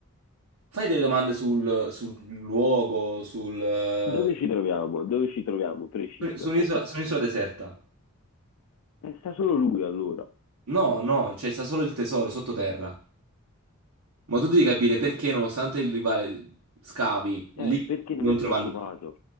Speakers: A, on the right; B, on the left.
A: Fai delle domande sul, sul luogo, sul, eh,
B: Dove ci troviamo? Dove ci troviamo? Preciso.
A: su su un'isola su un'isola deserta.
B: Eh, sta solo lui allora.
A: No, no, c'è sta solo il tesoro sottoterra. Ma tu devi capire perché, nonostante il rivale scavi, lì
B: Eh, perché
A: non
B: non è
A: trovano.
B: preoccupato?